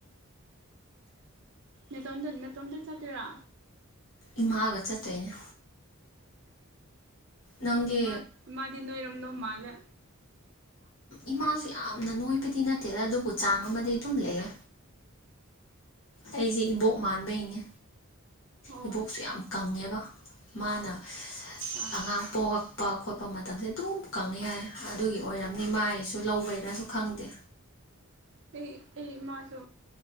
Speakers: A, on the right (about 55°); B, on the left (about 60°).
A: ꯅꯦꯇꯣꯝꯗ ꯅꯦꯇꯣꯝꯗ ꯆꯠꯇꯣꯏꯔꯥ
B: ꯏꯃꯥꯒ ꯆꯠꯇꯣꯏꯅꯦ ꯅꯪꯗꯤ
A: ꯏꯃꯥ ꯏꯃꯥꯗꯤ ꯅꯣꯏꯔꯣꯝꯗꯧ ꯃꯥꯜꯂꯦ
B: ꯏꯃꯥꯁꯨ ꯌꯥꯝꯅ ꯅꯣꯏꯕꯗꯤ ꯅꯠꯇꯦꯗ ꯑꯗꯨꯕꯨ ꯆꯥꯡ
A: ꯑꯥ
B: ꯑꯃꯗꯤ ꯑꯗꯨꯝ ꯂꯩꯌꯦ ꯑꯩꯁꯦ ꯏꯕꯣꯛ ꯃꯥꯟꯕꯩꯅꯦ
A: ꯑꯣ
B: ꯏꯕꯣꯛꯁꯨ ꯌꯥꯝ ꯀꯪꯉꯦꯕ ꯃꯥꯅ
A: ꯑꯥ
B: ꯑꯉꯥꯡ ꯄꯣꯛꯂꯛꯄ ꯈꯣꯠꯄ ꯃꯇꯝꯁꯦ ꯑꯗꯨꯝ ꯀꯪꯉꯦ ꯍꯥꯏ ꯑꯗꯨꯒꯤ ꯑꯣꯏꯔꯝꯅꯤ ꯃꯥꯏꯁꯨ ꯂꯧꯕꯩꯔꯁꯨ ꯈꯪꯗꯦ
A: ꯑꯩ ꯑꯩ ꯏꯃꯥꯁꯨ